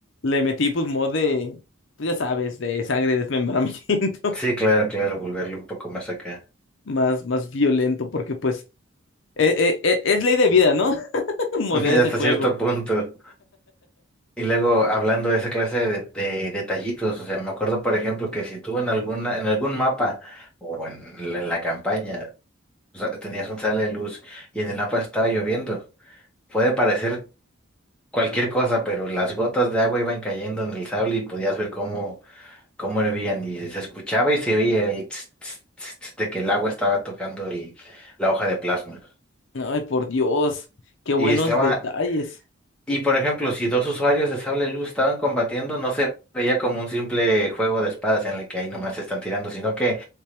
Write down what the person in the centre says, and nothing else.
Sí, claro, claro, volverle un poco más acá.
<laughs>
Hasta
cierto punto. Y luego hablando de esa clase de, de detallitos, o sea, me acuerdo por ejemplo que si tú en alguna, en algún mapa o en, la en la campaña, o sea, tenías un sale de luz y en el mapa estaba lloviendo, puede parecer cualquier cosa, pero las gotas de agua iban cayendo en el sable y podías ver cómo, cómo hervían y se escuchaba y se veía el tss, tss, tss, tss de que el agua estaba tocando el- la hoja de plasma.
Y estaba
Y por ejemplo, si dos usuarios de sable luz estaban combatiendo, no se veía como un simple juego de espadas en el que ahí nomás se están tirando, sino que